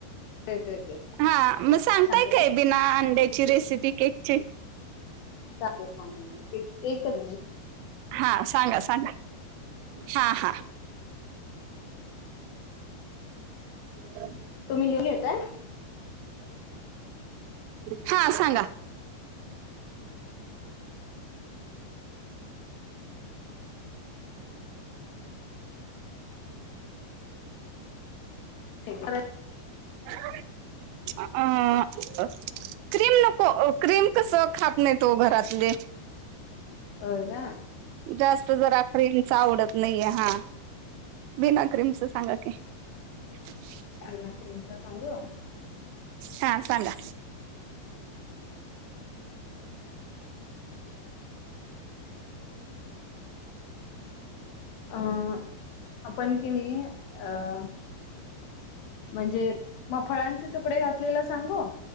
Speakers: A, on the left; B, on the right.
A: येत येते
B: हा मग सांगताय
A: सांगते
B: काय बिना अंड्याची रेसिपी केकची
A: ते सांगून एक एक <unintelligible>
B: हा सांगा सांगा हा हा. हा.
A: तुम्ही लिह येतय.
B: हा सांगा.
A: <unintelligible>
B: हा. अ क्रीम नको क्रीम कसं खात नाही तो घरातले.
A: हो का?
B: जास्त जरा क्रीमच आवडत नाहीये हा बिना क्रीमच सांगा की हा.
A: बिना क्रीमचा सांगू
B: हा सांगा.
A: अं आपण कि नाही अं म्हणजे मग फळांचे तुकडे घातलेला सांगू